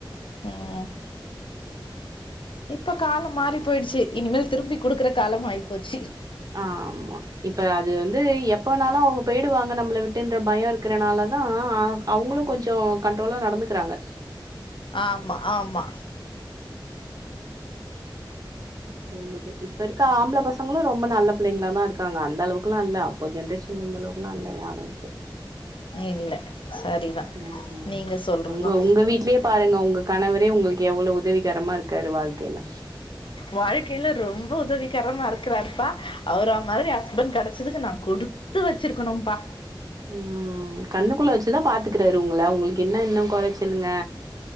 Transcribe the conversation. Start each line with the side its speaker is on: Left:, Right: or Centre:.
Left: ம் இப்ப கால மாறி போயிடுச்சு இனிமேல் திரும்பி குடுக்குற காலம் ஆயிப்போச்சு
Right: ஆமா இப்ப அது வந்து எப்பனாலு அவுங்க போய்டுவாங்க நம்மள விட்டுன்ற பயோ இருக்குறனாலதா அ அ அவுங்ளு கொஞ்சோ கண்ட்ரோலா நடந்துக்குறாங்க
Left: ஆமா ஆமா
Right: போகுது இப்ப இருக்க ஆம்ப்ள பசங்களு ரொம்ப நல்ல பிள்ளைங்ளா தா இருக்காங்க அந்த அளவுக்குலா இல்ல இப்ப ஜென்ரேஷனில இந்த அளவுக்குலா இல்ல யாரு இப்போ
Left: இல்ல சரிதா
Right: ம் ம்
Left: நீங்க சொல்றது
Right: உங்க உங்க வீட்லியே பாருங்க உங்க கணவரே உங்களுக்கு எவ்ளோ உதவிகரமா இருக்காரு வாழ்க்கைல
Left: வாழ்க்கைல ரொம்ப உதவிகரமா இருக்குறாருப்பா அவுர மாரி ஹஸ்பண்ட் கடைச்சதுக்கு நா குடுத் த்து வெச்சிர்க்கணும்பா
Right: ம் கண்ணக்குள்ள வச்சுதா பாத்துக்குறாரு உங்கள உங்களுக்கு என்ன இன்னு கொறச்சலுங்க